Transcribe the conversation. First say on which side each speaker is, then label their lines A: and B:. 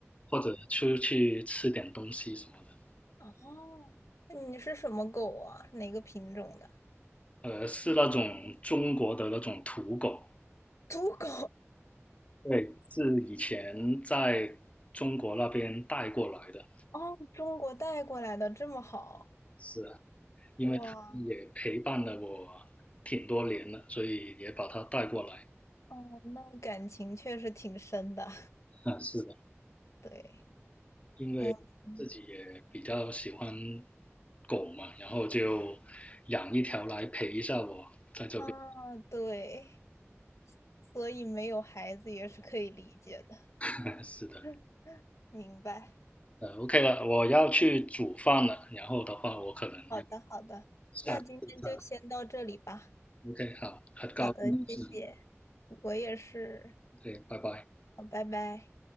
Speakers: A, on the left; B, on the left.
A: 或者出去吃点东西什么的。
B: 哦，那你是什么狗啊？哪个品种的？
A: 呃，是那种中国的那种土狗，
B: <laughs> 土狗。
A: 对，是以前在中国那边带过来的，
B: 哦，中国带过来的这么好，
A: 是啊因为它也陪伴了我
B: 哇，
A: 挺多年了，所以也把它带过来。
B: 哦，那感情确实挺深的，
A: 啊，是的，
B: <laughs> 对，
A: 因为自己也比较喜欢
B: 嗯嗯
A: 狗嘛，然后就养一条来陪一下我在这边。
B: 啊，对，所以没有孩子也是可以理解的，
A: <laughs> 是的，
B: <laughs> 明白。
A: 呃，OK 了，我要去煮饭了，然后的话我可能要
B: 好的，好的，
A: 下一次再来。
B: 那今天就先到这里吧。
A: OK，好，很高兴认识你
B: 好的，谢谢，我也是，
A: OK，拜拜。
B: 好，拜拜。